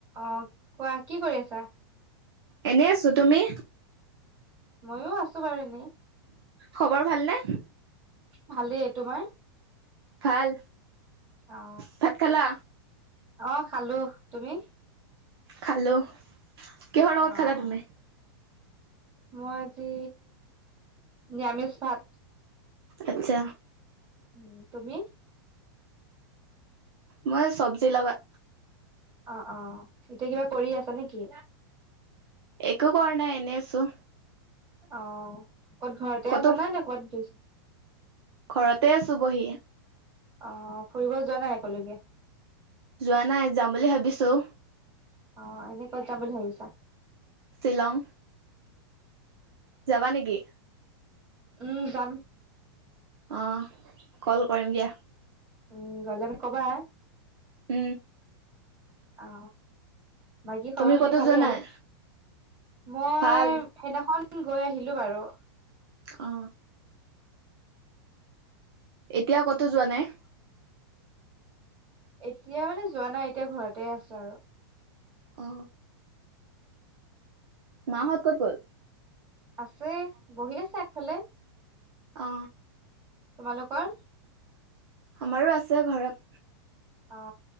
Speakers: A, on the right; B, on the right.
A: অ কোৱা কি কৰি আছা?
B: এনেই আছো তুমি?
A: ময়ো আছো বাৰু এনেই।
B: খবৰ ভালনে?
A: ভালেই তোমাৰ?
B: ভাল
A: অ
B: ভাত খালা?
A: অ খালো তুমি?
B: খালো কিহৰ লগত
A: অ
B: খালা
A: অ
B: তুমি?
A: মই, আজি নিৰামিষ ভাত।
B: আচ্ছা।
A: উ তুমি?
B: মই চব্জি লগত।
A: অ অ এতিয়া কিবা কৰি আছা নেকি?
B: একো কৰা নাই এনে আছো।
A: অ ক'ত ঘৰতে
B: ক'তো
A: আছা নে, নে কোবাত গইছা?
B: ঘৰতে আছোঁ বহি।
A: অ ফুৰিব যোৱা নাই কলৈকে?
B: যোৱা নাই যাম বুলি ভাবিছোঁ।
A: অ এনেই ক'ত যাম বুলি ভাবিছা?
B: শিলং। জাবানেকি?
A: উ যাম।
B: অ কল কৰিম দিয়া।
A: উ গ'লে মোক কবা?
B: উ।
A: অ বাকী
B: তুমি
A: খবৰ খাতি
B: ক'তো
A: ভালেই
B: যোৱা
A: আৰু।
B: নাই
A: মই,
B: ভাল
A: সেই দিনাখন গৈ আহিলো বাৰু।
B: অ। এতিয়া কতোঁ যোৱা নাই?
A: এতিয়া মানে যোৱা নাই, এতিয়া ঘৰতে আছো আৰু।
B: অ। মা হত ক'ত গ'ল?
A: আছে, বহি আছে আগফালে।
B: অ।
A: তোমালোকৰ?
B: আমাৰো আছে ঘৰত।
A: অ